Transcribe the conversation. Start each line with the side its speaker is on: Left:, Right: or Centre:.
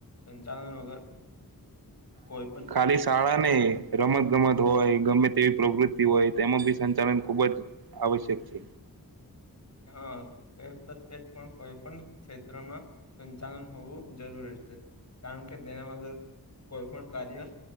Left: સંચાલન વગર કોઈ પણ
Right: ખલી શાળાને રમત ગમત હોય ગમે તેવી પ્રવૃતિ હોય તેમાં બી સંચાલન ખુબ જ આવશ્યક છે.
Left: હા એ તો છે જ પણ કોઈ પણ ક્ષેત્રમાં સંચાલન હોવું જરૂરી છે કારણ કે તેના વગર કોઈ પણ કાર્ય